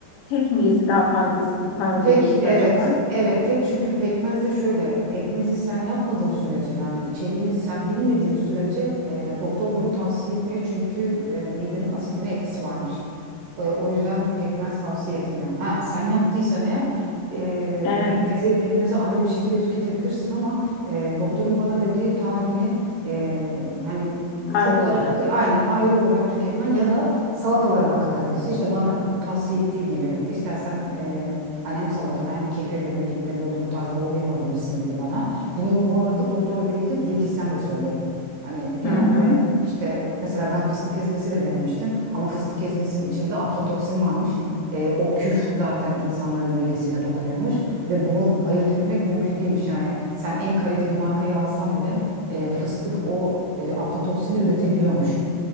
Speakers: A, on the left (about 75°); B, on the right (about 65°).
A: tek mi yesi daha faydası, faydalı
B: Tek
A: olur
B: evet
A: acaba?
B: evet tek çünkü pekmez de şöyle pekmezi sen yapmadığın sürece yani içeriğini sen bilmediğin sürece e, doktor bunu tavsiye etmiyor çünkü e, midenin asitine etkisi varmış. E, O yüzden pekmez tavsiye etmiyor. Ha, sen yaptıysan eğer e,
A: Evet,
B: pekmezi pekmezi ayrı bir şekilde tüketebilirsin ama e, doktorun bana dediği tahini e, hani
A: ayrı
B: çok karışık
A: olarak.
B: aynen ayrı olarak tüketmen ya da salatalarına katabilirsin. İşte bana tavsiye ettiği gibi istersen e, hani hem salatana hem kefirle birlikte böyle bu tarz bol yapabilirsin dedi bana. Bunu bu arada doktorla birlikte diyetisyen de söyledi. Hani genelde
A: Hı hı.
B: işte mesela ben fıstık ezmesi de denemiştim ama fıstık ezmesinin içinde aflatoksin varmış. E, o küf zaten insanların midesine dokunuyormuş ve bunu ayırt etmek mümkün değilmiş. Yani sen en kaliteli markayı alsan bile e, fıstık o e, aflatoksini üretebiliyormuş.